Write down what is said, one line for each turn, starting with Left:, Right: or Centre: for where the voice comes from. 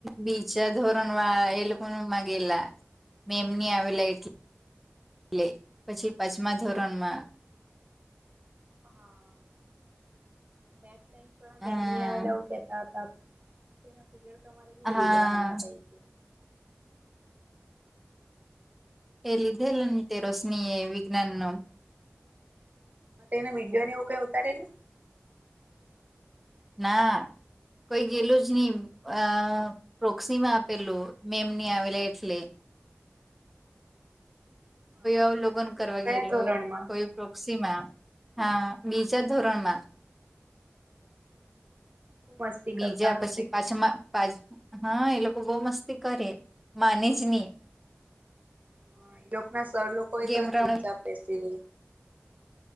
Centre: નીચેનાં ધોરણવાળા એ લોકો કોને માગેલા? મેં એમને કહ્યું, એટલે પછી પાંચમા ધોરણમાં.
Right: હા. મેથ્સ-સાયન્સવાળા
Centre: હા
Right: મેમની આવેલા, આવું કહેતા હતા. પીરિયડ તમારે બી
Centre: હા
Right: લેવા ને.
Centre: એ લીધેલું, રોશનીએ વિજ્ઞાનનું.
Right: એને વિડયોન એવું કઈ ઉતારેલુ?
Centre: ના. કોઈ ગેલું જ ની અ પ્રોક્સીમાં આપેલું, મેમ ની આવેલા એટલે.
Right: હા.
Centre: અવલોકન કરવા
Right: કયા
Centre: ગયેલો,
Right: ધોરણમાં
Centre: કોઈ પ્રોક્સીમાં. હા, બીજા ધોરણમાં
Right: ખુબ મસ્તી કરતા
Centre: બીજા
Right: હશે
Centre: પછી
Right: કે
Centre: પાછમાં પાહા, એ લોકો બઉ મસ્તી કરે માને જ ની.
Right: હ, ઈ લોકના સર લોકો એતો
Centre: ગેમ
Right: ચુપચાપ
Centre: રણ
Right: બેસી રે.